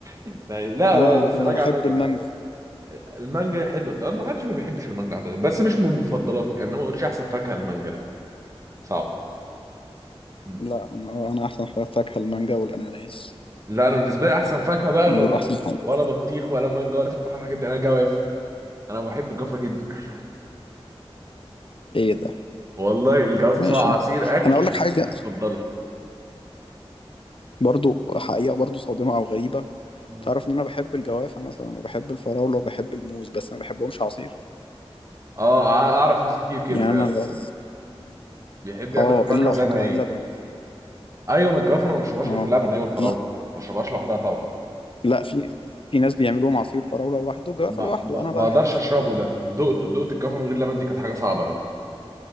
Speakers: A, on the right; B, on the left.
A: يعني لا
B: انا
A: لا لا
B: انا,
A: بس
B: أنا
A: راجع
B: بحب
A: نزل
B: المانجا
A: المانجا حلوة طب ما حدش ما بيحبش المانجا اعتقد بس مش من مفضلاتي يعني انا ما اقولش احسن فاكهة المانجا لا صعب مم.
B: لا انا انا احسن فاكهه المانجا والاناناس
A: لا انا بالنسبة لي احسن فاكهة بقى
B: هم دول احسن حاجه
A: ولا بطيخ ولا مانجا ولا تفاح ولا الحاجات دي انا جوافة انا بحب الجوافة جدا
B: ايه ده
A: <laughs> والله الجوافة
B: ماشي
A: سواء عصير اكل
B: انا اقول
A: بالنسبة
B: لك حاجه
A: لي مفضلة
B: برضو حقيقه برضو صادمه او غريبه
A: مم.
B: تعرف ان انا بحب الجوافه مثلا وبحب الفراوله وبحب الموز بس ما بحبهمش عصير
A: اه اعرف ناس كتير كده
B: يعني
A: فعلا
B: انا لو
A: بيحب ياكل
B: اه
A: الفاكهه
B: الا لو
A: زي
B: حطيت
A: ما هي
B: عليه لبن
A: ايوه من الجوافه انا ما بشربهاش
B: اه
A: غير باللبن هي والفراوله
B: لا
A: ما بشربهاش لوحدها طبعا
B: لا في في ناس بيعملوهم عصير فراوله لوحده جوافه
A: ما
B: لوحده
A: ما
B: انا
A: ما
B: بقى
A: اقدرش
B: ما بحبش
A: اشربه
B: كده
A: ده دقته دقت الجوافه من غير لبن دي كانت حاجه صعبه قوي